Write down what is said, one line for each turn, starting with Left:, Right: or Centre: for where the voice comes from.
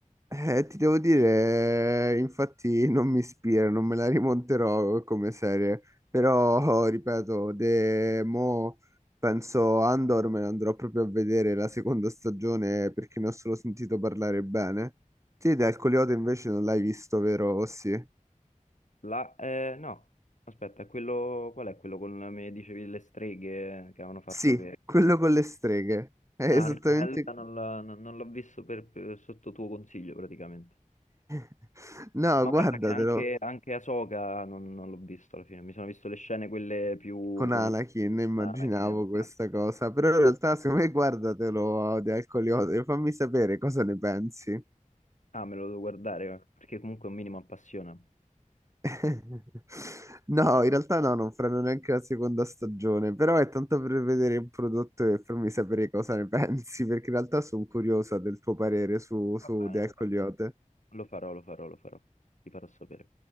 Right: eh, ti devo dire, eh, infatti non mi ispira, non me la rimonterò come serie, però ripeto, de, mo penso Andor me ne andrò proprio a vedere la seconda stagione perché ne ho solo sentito parlare bene. Te dal Coleote invece non l'hai visto, vero? O Sì,
Left: La, eh, no, aspetta, quello, qual è quello con, mi dicevi, le streghe che avevano fatto
Right: Sì,
Left: che...
Right: quello con le streghe. È esattamente...
Left: Ah, Eh? no, allora non l'ho non- non l'ho visto per- per- sotto tuo consiglio praticamente.
Right: <laughs> No,
Left: Ma
Right: guardatelo.
Left: guarda che anche, anche Ahsoka non, non l'ho visto alla fine, mi sono visto le scene quelle più
Right: con
Left: conosciute
Right: Anakin immaginavo
Left: da Anakin e basta.
Right: questa cosa, però in realtà secondo me guardatelo di Alcoliote e fammi sapere cosa ne pensi.
Left: Ah, me lo devo guardare, eh, perché comunque un minimo appassiona.
Right: <laughs> No, in realtà no, non faranno neanche la seconda stagione, però è tanto per vedere il prodotto e farmi sapere cosa ne <laughs> pensi, perché in realtà sono curiosa del tuo parere su, su
Left: Va bene,
Right: The Alcoliote.
Left: va bene. Lo farò, lo farò, lo farò, ti farò sapere.